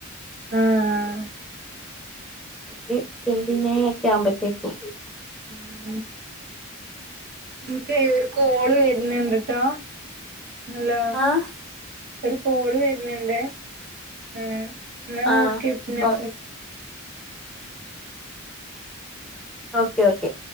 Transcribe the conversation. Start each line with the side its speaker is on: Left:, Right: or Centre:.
Right: ആഹ്
Centre: ഒരു ട്വന്റി നയൻ ഒക്കെ ആവുമ്പോഴത്തേക്കും
Right: ഉം നിക്ക് ഒരു കോള് വരുന്നുണ്ട് ട്ടാ ഹലോ
Centre: ആഹ്
Right: ഒരു കോള് വരുന്നുണ്ടെ ആ എന്നാ
Centre: ആഹ്
Right: ഓക്കെ പിന്നെ
Centre: ഓ ഓക്കെ ഓക്കെ